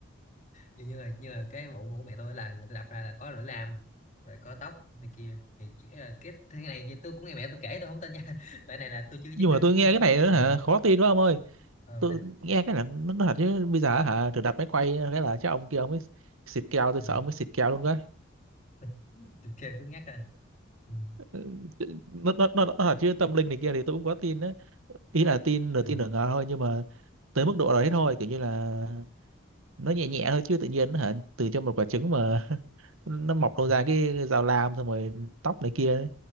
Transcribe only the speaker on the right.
nhưng
mà tôi
nghe
cái này
nữa
hả khó tin quá ông ơi
tôi
nghe cái là nó nó thật chứ bây giờ hả thử đặt máy quay cái là chắc ông kia ông ấy xịt keo tôi
sợ ông ấy xịt keo luôn cái
<laughs> nó, nó, nó, nó thật chứ tâm linh này kia thì tôi cũng có tin đấy ý là tin
nửa tin nửa ngờ thôi nhưng mà tới mức độ đấy thôi kiểu như là nó nhẹ nhẹ thôi chứ tự nhiên hả từ cho một quả trứng mà <laughs> nó mọc đâu
ra cái dao lam xong rồi tóc này kia